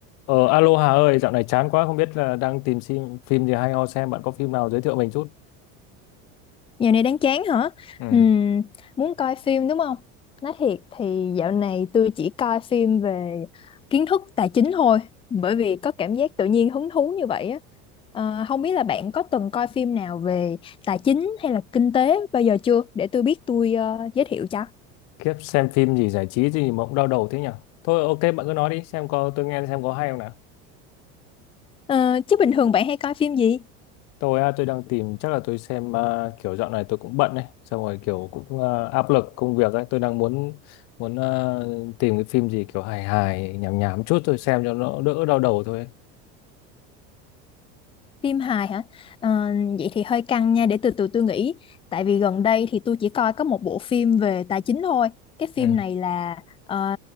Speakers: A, on the left (about 55°); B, on the left (about 15°).
A: Ờ, alo Hà ơi, dạo này chán quá không biết là đang tìm phim, phim gì hay ho xem bạn có phim nào giới thiệu mình chút.
B: Dạo này đang chán hả?
A: Ừ.
B: Ừm, muốn coi phim đúng không? Nói thiệt thì dạo này tôi chỉ coi phim về kiến thức tài chính thôi, bởi vì có cảm giác tự nhiên hứng thú như vậy á. Ờ, không biết là bạn có từng coi phim nào về tài chính hay là kinh tế bao giờ chưa? Để tôi biết tôi ờ, giới thiệu cho.
A: Khiếp xem phim gì giải trí gì mà cũng đau đầu thế nhỉ. Thôi ok bạn cứ nói đi xem có tôi nghe xem có hay không nào.
B: Ờ, chứ bình thường bạn hay coi phim gì?
A: Tôi à, tôi đang tìm chắc là tôi xem à, kiểu dạo này tôi cũng bận đấy, xong rồi kiểu cũng à, áp lực công việc ấy, tôi đang muốn muốn à, tìm cái phim gì kiểu hài hài nhảm nhảm chút tôi xem cho nó đỡ đau đầu thôi. ấy.
B: Phim hài hả? Ờ, vậy thì hơi căng nha, để từ từ tôi nghĩ. Tại vì gần đây thì tôi chỉ coi có một bộ phim về tài chính thôi. Cái
A: Ừ.
B: phim này là ờ,